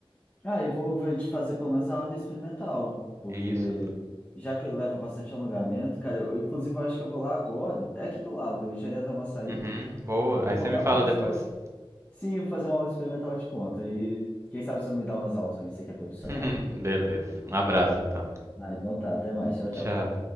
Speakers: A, on the left; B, on the right.
A: Ah, eu vou, vou de fazer pelo menos a aula experimental, porque
B: Isso.
A: já que leva bastante alongamento, cara, eu, inclusive eu acho que eu vou lá agora. É aqui do lado, eu já ia dar uma saída.
B: Uhum, boa.
A: Eu
B: Aí
A: vou
B: você
A: lá
B: me fala
A: ver
B: depois.
A: se eu consigo. Se eu fazer uma aula experimental, eu te conto. E quem sabe você não me dá umas aulas também, você que é profissional.
B: <laughs> Beleza. Um abraço então.
A: Ah, então tá, até mais. Tchau, tchau.
B: Tchau.